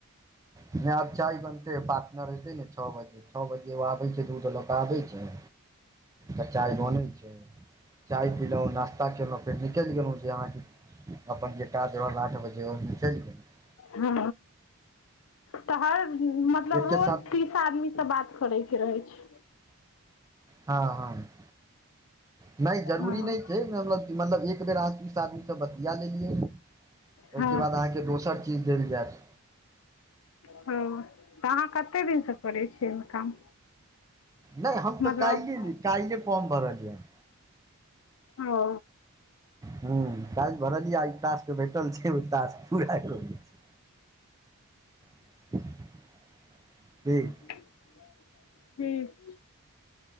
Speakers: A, on the right (about 15°); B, on the left (about 65°).
A: नय आब चाय बनतै पटनर ऐतै नऽ छ बजे छ बजे ओ आबैत छै दूध लऽ कऽ आबै छै तऽ चाय बनै छै। चाय पीलहुँ नाश्ता कयेलहुँ फेर निकलि गेलहुँ जे अहाँकेँ अपन जे काज रहल आठ बजे ओ निकलि गेलहुँ
B: हँ तऽ हर मतलब
A: एकके
B: रोज
A: साथ
B: तीस टा आदमी सँ बात करे कऽ रहै छै।
A: हँ हँ नय जरूरी
B: हँ
A: नय छै मतलब मतलब एक बेर अहाँ तीस आदमीसँ बतिया लेलियै ओहि
B: हँ
A: केँ बाद अहाँकेँ दोसर चीज देल जैत
B: हँ तऽ अहाँ कते दिनसँ करै छियै एहिमे काम
A: नय हम तऽ
B: मतलब
A: काइले एली काइले फॉर्म भरलियै हन।
B: ओ
A: हुँ काइल भरलियै आई ई टास्क भेटल छै ओ टास्क पूरा करै छी <inaudible> <unintelligible>
B: <unintelligible>